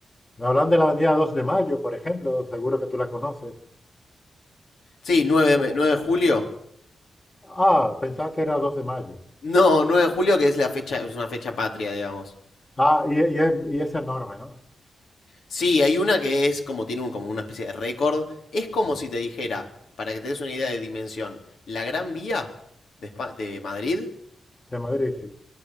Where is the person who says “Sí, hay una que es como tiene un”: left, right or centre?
Left